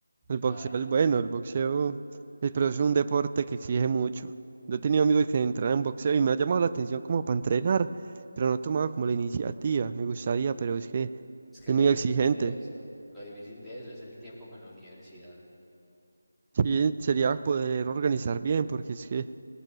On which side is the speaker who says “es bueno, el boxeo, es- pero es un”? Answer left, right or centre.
Right